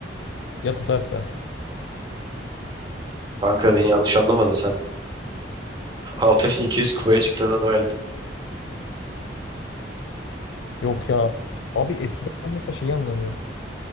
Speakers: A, on the left; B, on the right.
A: Ya tutarsa.
B: Kanka beni yanlış anlama da sen <laughs> 6200 kupaya çıktığına dua et.
A: Yok ya. Abi eskiden mesela şeyi anlamıyorum.